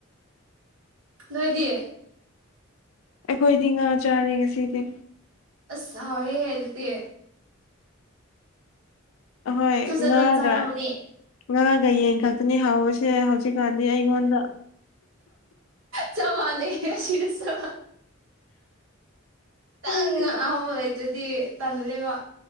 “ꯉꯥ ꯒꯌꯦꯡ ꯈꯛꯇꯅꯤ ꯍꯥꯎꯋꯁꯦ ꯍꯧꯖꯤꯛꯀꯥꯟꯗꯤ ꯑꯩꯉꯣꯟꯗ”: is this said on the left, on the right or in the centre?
Left